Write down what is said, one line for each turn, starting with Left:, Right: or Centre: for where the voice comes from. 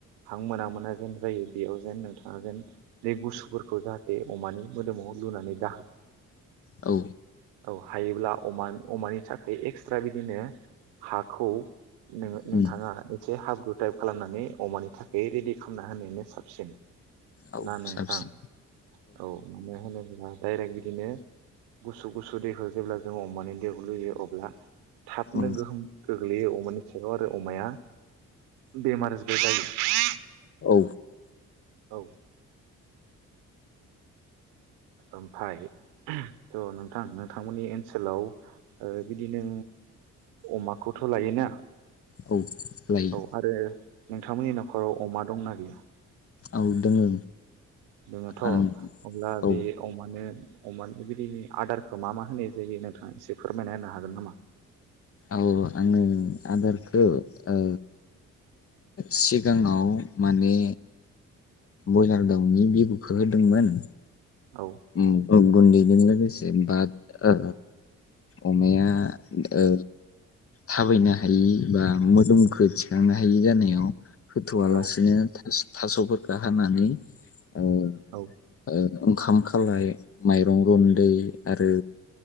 Right: हां मोना मोना जेन जायो बेयाव जेन नोंथाङा जेन दै गुसुफोरखौ जाहाथे अमानि मोदोमाव लुनानै दाहो।
Left: औ
Right: औ हायोब्ला अमा अमानि थाखाय एक्सट्रा बिदिनो हाखौ नोङो
Left: उम
Right: नोंथाङा एसे हाब गुटाइप खालामनानै अमानि थाखाय रेडि खालामना होनायानो साबसिन।
Left: औ
Right: ना नोंथां
Left: साबसिन
Right: औ मानो होनो डाइरेक्ट बिदिनो गुसु गुसु दैखौ जेब्ला जों अमानि दैखौ लुयो अब्ला थाबनो
Left: उम
Right: गोहोम गोग्लैयो अ अमानि सायाव आरो अमाया बेमार जबाय <unintelligible>
Left: औ
Right: औ ओमफाय ट' नोंथां नोंथांमोननि ओनसोलाव ओ बिदि नो अमाखौथ' लायोना
Left: औ लायो
Right: औ आरो नोंथांमोननि न'खराव अमा दंना गैया?
Left: औ दोङो
Right: दोङोथ'
Left: आं
Right: अब्ला
Left: औ
Right: बे अमानो अमानो बिदिनो आदारखौ मा मा होनाय जायो नोंथाङा एसे फोरमायना होनो हागोन नामा?
Left: औ आंङो आदारखो औ सिगाङाव माने बयलार दाउनि बिबुखौ होदोंमोन
Right: औ
Left: उम, गुन्दैजों लोगोसे बाद ओ अमाया ओ थाबायनो हायि बा मो दुमखो थिखांनो हायि जानायाव होथ'आ
Right: औ
Left: लासिनो थास'फोरखौ हानानै ओ
Right: औ
Left: ओंखामखो खालाय माइरं गुन्दै आरो